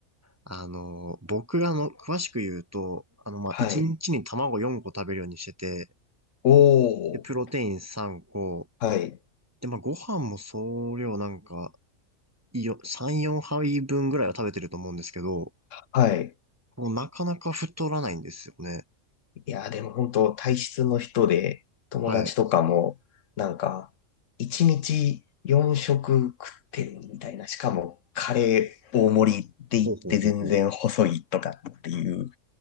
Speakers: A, on the right; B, on the left.
A: あの、僕があの、詳しく言うと、あの、まあ、
B: はい。
A: 1日にちに卵4個食べるようにしてて、
B: お
A: で、プロテイン3個。
B: ー。はい。
A: で、まあ、ご飯も総量なんか、よ、3、4杯分ぐらいは食べてると思うんですけど、
B: はい。
A: もうなかなか太らないんですよね。
B: いやでも本当体質の人で、友達とかも、
A: はい。
B: なんか、1日4食食ってるみたいな。しかも、カレー大盛りって言って全然細いとかっていう
A: ほうほうほうほう。